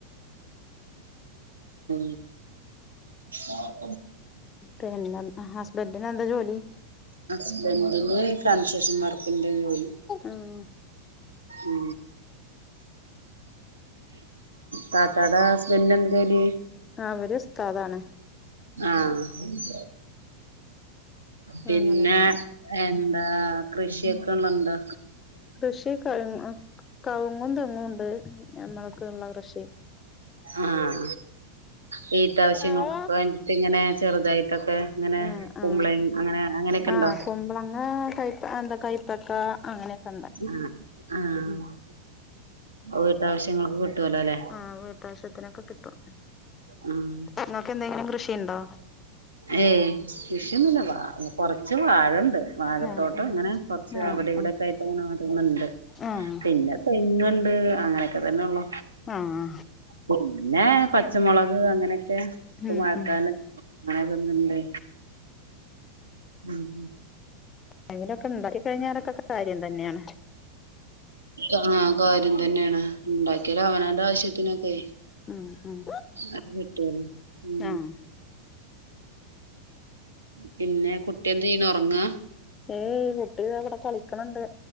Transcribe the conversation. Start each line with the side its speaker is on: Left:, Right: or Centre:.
Right: ഉ ആഹ
Left: പിന്നെ ഹസ്ബൻഡന് എന്താ ജോലി
Right: അസ്ബെൻഡിന കൺസെേഷൻ ത്തിന്റെ വൂൽ
Left: ഉം
Right: ഉ താത്താട ഹസ്ബൻഡ എന്ത കയില്
Left: ആ അവര്താദാണ്
Right: ആഹ പിന്നെ
Left: അങ്ങനെയൊക്കെ
Right: എന്താ കൃഷിയൊക്കെ ഉള്ളുണ്ടോ
Left: കൃഷി ക കവുങ്ങും തെങ്ങും ഉണ്ട് നമ്മൾക്ക ഉള്ള കൃഷി
Right: ആഹ വഈട്ടാവശ്യങ്ങൾക്കൊക്കെ
Left: ആഹ്
Right: വേണ്ടിട്ട് ഇങ്ങനെ ചെറുതായിട്ടൊക്കെ ഇങ്ങനെ
Left: ആ ആ
Right: കുമ്പളൻ അങ്ങനെ അങ്ങനെയൊക്കെ
Left: ആഹ
Right: ഉണ്ടോ
Left: കൊ്പളങ്ങ കയ എന്താ കയ്പ്പക്ക അങ്ങനെ കണ്ട
Right: ആഹ് ആഹ്
Left: ഉ
Right: വീട്ടാവശ്യങ്ങൾക്ക് കിട്ടുവല്ലോ അല്ലെ
Left: ആഹ വീട്ടാവശ്യത്തിനൊക്കെ കിട്ടും
Right: ഉം
Left: നിങ്ങക്ക് എന്തെങ്കിലും കൃഷിുണ്ടോ
Right: ഏ വിഷന്നല്ല വാ കുറച്ച് വാഴുണ്ട് വാഴത്തോട്ട്
Left: ആഹ്
Right: ഇങ്ങനെ കൊറച്ച്
Left: ആഹ് ആഹ്
Right: വിടെ ഇവിടെൊക്കെ ആയിട്ട്ങ്ങനെുന്നുണ്ട്
Left: ആഹ്
Right: പിന്നെ തെ അങ്ങനെയൊക്കെ തന്നെ ഉള്ള
Left: ആഹ് ആഹ്
Right: പിന്നെ പച്ചമുളക് അങ്ങനെയൊക്കെ ഇപ്പ
Left: ഉം
Right: മുഴക്കൻ
Left: ഉം
Right: അങ്ങതൊന്നും ഇണ്ട് ഉം ഹ
Left: എങ്കിലൊക്കെ ഉണ്ടാക്ക കഴിഞ്ഞാലൊക്കൊക്കെ കാര്യം തന്നെയാണ്
Right: ആഹ! കാര്യം തന്നെയാണ് ഉണ്ടാക്കിയല്ല അവനന്റെ ആവശ്യത്തിനൊക്കെ
Left: ഉം ഉം
Right: അട്ട ഉ
Left: ആഹ്
Right: പിന്നെ കുട്ടിെന്ത ചെയന ഉറങ്ങാ?
Left: ഏയ്ഈ കുട്ടി അവിടെ കളിക്കണണ്ട്